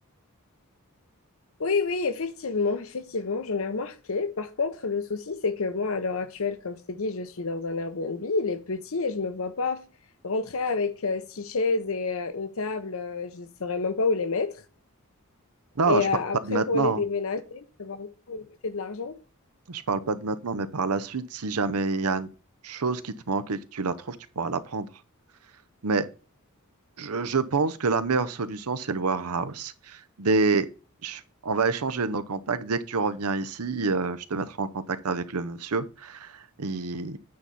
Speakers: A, on the left; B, on the right.
A: Oui, oui, effectivement, effectivement, j'en ai remarqué. Par contre, le souci, c'est que moi, à l'heure actuelle, comme je t'ai dit, je suis dans un Airbnb, il est petit et je me vois pas f- rentrer avec euh, six chaises et euh, une table, euh, je ne saurais même pas où les mettre.
B: Non,
A: Et
B: je
A: euh,
B: parle
A: après,
B: pas de maintenant.
A: pour les déménager, ça va encore me coûter de l'argent.
B: Je parle pas de maintenant, mais par la suite, si jamais il y a une chose qui te manque et que tu la trouves, tu pourras la prendre. Mais je, je pense que la meilleure solution, c'est le warehouse. Des, je- on va échanger nos contacts. Dès que tu reviens ici, euh, je te mettrai en contact avec le monsieur. Il,